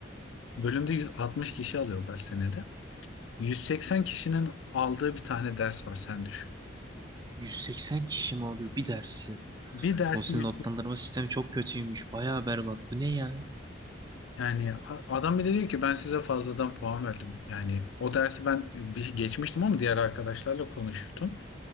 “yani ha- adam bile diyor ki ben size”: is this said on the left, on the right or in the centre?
Left